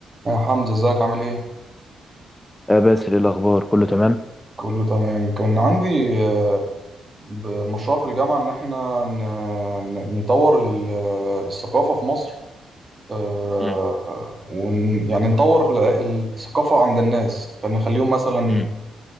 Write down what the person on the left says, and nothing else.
آه، باسل إيه الأخبار كله تمام
مم.
مم.